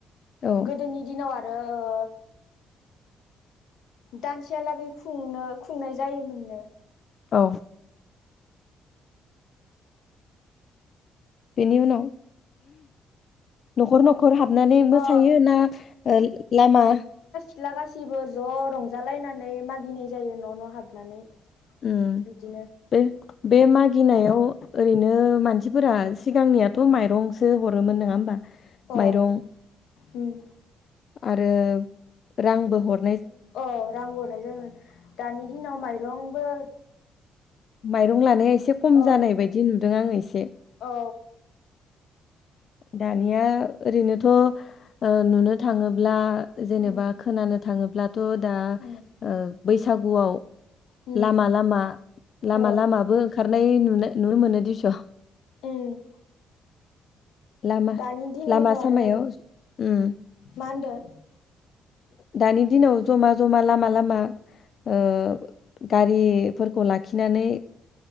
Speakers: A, on the left; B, on the left.
A: औ
B: गोदोनि उम दिनाव आरो ओ दानसेयालागै खुंनो खुंनाय जायोमोननो
A: औ बेनि उनाव न'खर न खर हाबनानै मोसायो
B: अ
A: ना लामा
B: थ्ला गासैबो ज' रंजालायनानै मागिनाय जायो न' न' हाबनानै
A: उम
B: बिदिनो
A: बे बे मागिनायाव ओरैनो मानसिफोरा सिगांनियाथ' माइरंसो हरोमोन नङा होमबा
B: अ
A: माइरं
B: उम
A: आरो रांबो हर
B: अ रां हरनाय जायोमोन दानि दिनाव माइरंबो
A: माइरं लानाया एसे खम
B: अ
A: जानाय बायदि नुदों आङो एसे
B: औ
A: दानिया ओरैनोथ' ओ नुनो थाङोब्ला जेनेबा
B: उम
A: खोनानो थाङोब्लाथ' दा
B: उम
A: ओ बैसागुआव
B: उम
A: लामा लामा लामा
B: औ
A: लामाबो ओंखारनाय नुनो नुनो मोनो दिस
B: उम
A: लामा
B: दानि दिनावथ'
A: लामा
B: आरो
A: सामायाव उम
B: मा होनदो
A: दानि दिनाव जमा जमा लामा लामा ओ गारिफोरखौ लाखिनानै